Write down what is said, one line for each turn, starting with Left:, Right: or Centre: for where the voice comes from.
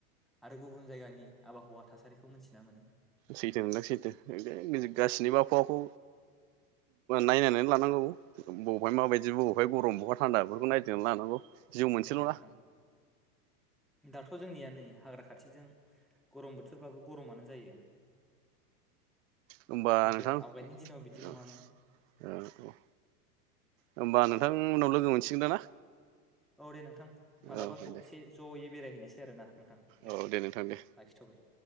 Centre: आरो गुबुन जायगानि आबहावा थासारिखौ मोनथिना मोनो।
Right: सैथो नोंदां सैथो गासैनिबो आबहावाखौ नायनानै लानांगौ। बबेहाय माबायदिब बहाय गरम बहा थान्दाफोरखौ नायगिदिंना लानांगौ। जिउ मोनसेल'ना
Centre: औ नोंथां दाथ' जोंनिया नै हाग्रा खाथिजों गरम बोथोरबाबो गरमानो जायो।
Right: होनबा
Centre: नाथाय
Right: नोंथां
Centre: आवगायनि दिनाव बिदि नङामोन
Right: औ औ होमबा नोंथां उनाव लोगो मोनसिगोनदा ना।
Centre: औ दे नोंथां मालाबा
Right: औ
Centre: खौसे
Right: दे
Centre: ज'यै बेरायहैनोसै। सेै आरोना नोंथां दे
Right: औ नोंथां दे
Centre: लाखिथ'बाय